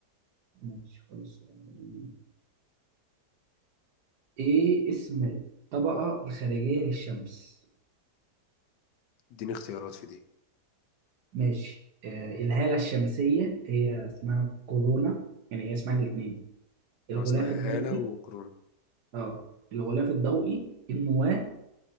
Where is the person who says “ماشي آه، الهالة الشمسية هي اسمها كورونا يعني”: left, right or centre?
Right